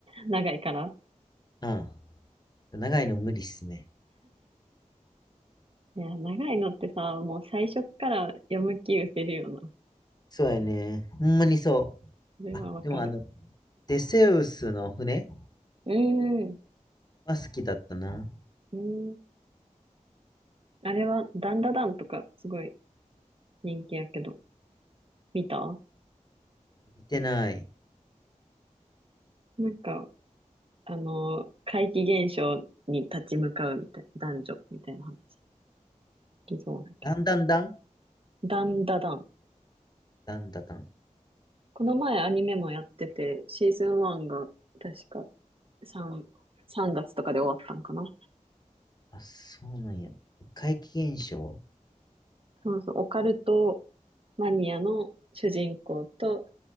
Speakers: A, on the right; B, on the left.
A: 長いから
B: うん。長いの無理っすね。
A: いや、長いのってさ、もう最初っから読む気失せるよな。
B: そうやね。ほんまにそ
A: それはわかる。
B: う。あ、でもあの、テセウスの船
A: うーん。
B: は好きだったな。
A: うん。あれは、ダンダダンとか、すごい人気やけど、見た
B: 見てない。
A: なんか、あの、怪奇現象に立ち向かうみたいな、男女みたいな話。聞きそうだけ
B: だんだんだん
A: ど。ダンダダン。
B: だんだだん。
A: この前アニメもやってて、シーズン1が、確か3、3月とかで終わったんかな。
B: あ、そうなんや。怪奇現象
A: そうそう、オカルトマニアの主人公と、